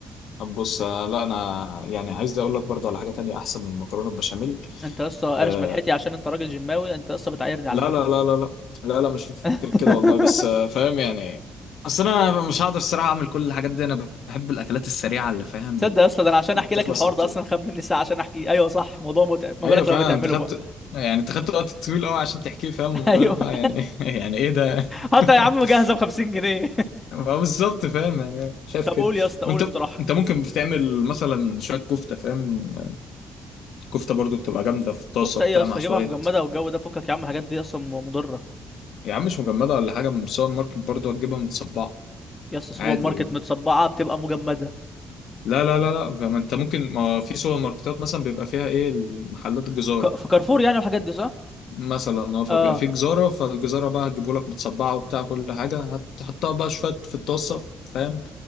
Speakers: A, on the left; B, on the left.
A: طب بص انا لا انا يعني عايز اقول لك برضه على حاجه تانية احسن من المكرونه البشاميل
B: انت يا اسطى قارش
A: آه...
B: ملحتي عشان انت راجل جماوي انت يا اسطى بتعايرني على
A: لا
B: فكره
A: لا لا لا لا لا لا مش فكر
B: <laughs>
A: كده والله بس آه فاهم يعني اصل انا مش هقدر الصراحه اعمل كل الحاجات دي انا بحب الاكلات السريعه اللي فاهم
B: تصدق يا اسطى ده انا عشان
A: اللي
B: احكي
A: بتخلص
B: لك الحوار
A: على
B: ده
A: طول
B: اصلا خد مني ساعه عشان احكيه ايوه صح موضوع متعب ما
A: ايوه
B: بالك
A: فعلا
B: لو بتعمله
A: انت خدت
B: بقى
A: يعني انت خدت وقت طويل قوي عشان تحكيه فاهم ما
B: <laughs> ايوه
A: بالك بقى يعني <laughs> يعني ايه ده
B: حتى
A: <laughs>
B: يا عم مجهزه ب 50 جنيه
A: ما هو بالظبط فاهم يعني
B: <laughs>
A: شايف
B: طب
A: كده
B: قول يا اسطى قول
A: وانت
B: اقتراحك
A: انت ممكن بتعمل مثلا شويه كفته فاهم كفته برضو بتبقى جامده في طاسه
B: كفته
A: بتاع
B: ايه يا اسطى
A: مع شويه
B: اجيبها مجمده والجو ده فكك يا عم الحاجات دي اصلا مضره
A: يا عم مش مجمده ولا حاجه من السوبر ماركت برضو هتجيبها متصبعه
B: يا اسطى سوبر
A: عادي
B: ماركت متصبعه بتبقى مجمده
A: لا لا لا لا فما انت ممكن ما في سوبر ماركتات مثلا بيبقى فيها ايه محلات الجزاره
B: في ك- في كارفور يعني والحاجات دي صح
A: مثلا اه فبيبقى
B: اه
A: في جزاره فالجزاره بقى هتجيبه لك متصبعه وبتاع كل حاجه هتحطها بقى شويه في الطاسه فاهم